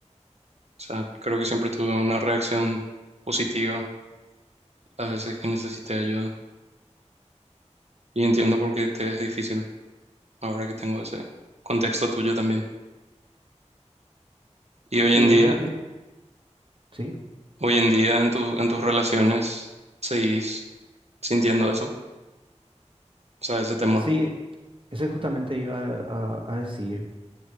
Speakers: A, on the right; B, on the right.
A: O sea, creo que siempre tuve una reacción positiva las veces que necesité ayuda. Y entiendo por qué te es difícil ahora que tengo ese contexto tuyo también. Y hoy
B: Sí,
A: en día,
B: es cumplir, sí.
A: hoy en día en tu, en tus relaciones seguís sintiendo eso, o sea, ese temor.
B: Sí, eso justamente iba a, a a decir.